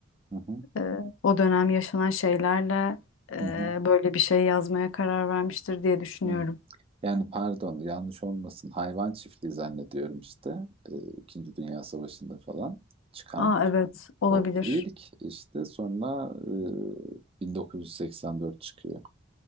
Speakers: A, on the right; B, on the left.
A: hı hı
B: E, o dönem yaşanan şeylerle e,
A: hı. hı.
B: böyle bir şey yazmaya karar vermiştir diye düşünüyorum.
A: Hı. Yani pardon yanlış olmasın hayvan çiftliği zannediyorum işte e, İkinci Dünya Savaşı'nda falan çıkan
B: Aa evet olabilir.
A: o ilk işte sonra e, 1984 çıkıyor.